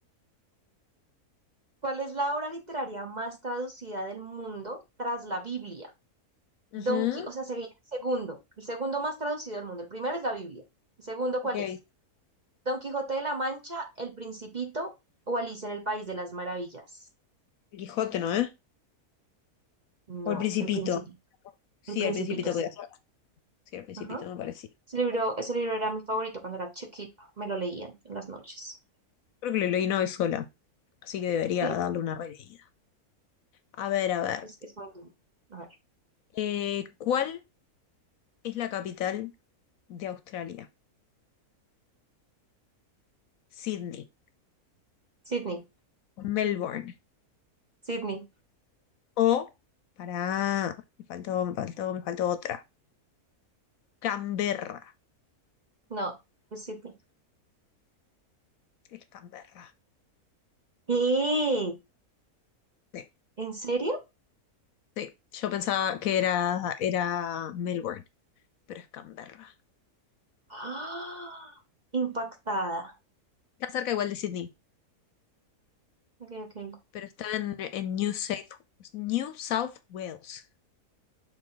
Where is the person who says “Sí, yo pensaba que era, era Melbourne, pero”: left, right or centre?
Left